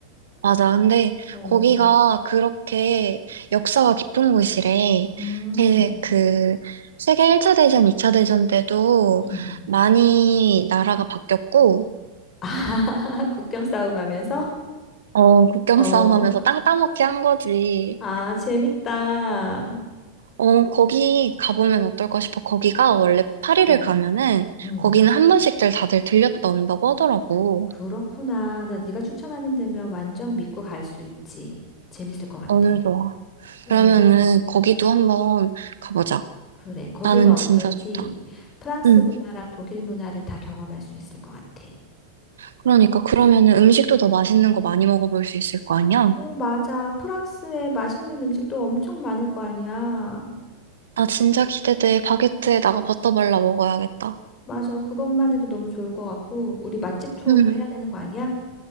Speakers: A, on the right; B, on the left.
A: 맞아. 근데
B: 어,
A: 거기가 그렇게 역사가 깊은 곳이래.
B: 음,
A: 제, 그, 세계 1차 대전, 2차 대전 때도
B: 음.
A: 많이 나라가 바뀌었고,
B: 아, <laughs> 국경 싸움 하면서?
A: 어, 국경
B: 어,
A: 싸움 하면서 땅 따먹기 한 거지.
B: 아, 재밌다.
A: 어, 거기 가보면 어떨까 싶어. 거기가 원래 파리를
B: 어,
A: 가면은
B: 음.
A: 거기는 한 번씩들 다들 들렸다 온다고 하더라고.
B: 그렇구나. 나 네가 추천하는 데면 완전 믿고 갈 수 있지. 재밌을 것 같아.
A: 너무 좋아.
B: 어,
A: 그러면은 거기도 한번 가보자.
B: 그래. 거기는
A: 나는
B: 어쩐지
A: 진짜 좋다.
B: 프랑스
A: 응.
B: 문화랑 독일 문화를 다 경험할 수 있을 것 같아.
A: 그러니까 그러면은 음식도 더 맛있는 거 많이 먹어볼 수 있을 거 아니야?
B: 어, 맞아. 프랑스에 맛있는 음식도 엄청 많을 거 아니야.
A: 나 진짜 기대돼. 바게트에다가 버터 발라 먹어야겠다.
B: 맞아. 그것만 해도 너무 좋을 것 같고, 우리 맛집 투어도
A: 응.
B: 해야 되는 거 아니야?